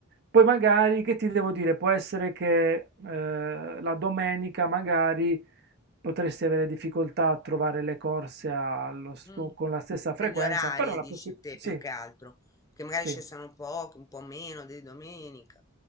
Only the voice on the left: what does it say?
Mm.
Per gli orari,
dici
te,
più che altro, che magari
cessano poco, un po' meno di domenica.